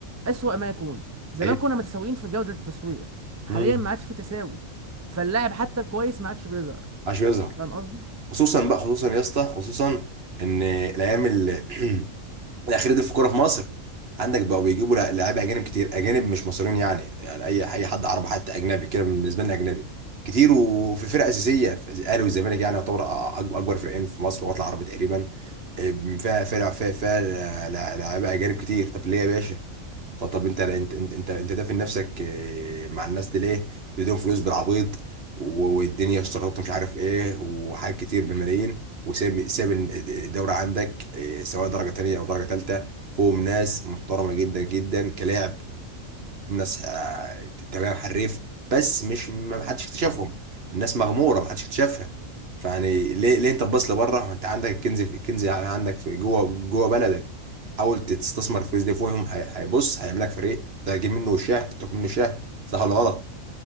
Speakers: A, on the right; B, on the right.
A: اسوأ ما يكون زمان
B: أيوة.
A: كنا متساويين في جوده التصوير حاليا
B: مم.
A: ما عادش في تساوي فاللاعب حتى الكويس ما عادش بيظهر
B: عشان يظهر
A: فاهم قصدي
B: خصوصا بقى خصوصا يا اسطى خصوصا ان الايام ال- <clears throat> الاخيره دي في الكوره في مصر عندك بقوا بيجيبوا لع- لعيبه اجانب كتير اجانب مش مصريين يعني يعني اي اي حد عربي حتى اجنبي كده بالنسبه لنا اجنبي كتير وفي فرق اساسيه في الاهلي والزمالك يعني يعتبر أ- أ- اكبر فرقين في مصر وطلع عربي تقريبا إيه، فيها فرق فيها فيها لع- لع- لعيبه اجانب كتير طب ليه يا باشا طب طب انت انت انت انت, انت دافن نفسك آه، مع الناس دي ليه؟ بتديهم فلوس بالعبيط و- والدنيا اشتراطات مش عارف ايه وحاجات كتير بالملايين وساب ساب الدورة عندك آه، سواء درجة تانية او درجة تالتة فوق ناس محترمة جدا جدا كلاعب الناس آه، تمام حريف بس مش ما حدش اكتشفهم الناس مغموره ما حدش اكتشفها فيعني ليه ليه انت تبص لبره ما انت عندك الكنز في الكنز عندك في جوه جوه بلدك حاول تستثمر الفلوس دي فيهم هي- هيبص هيعمل لك فريق تجيب منه شاه تاخد منه شاه صح ولا غلط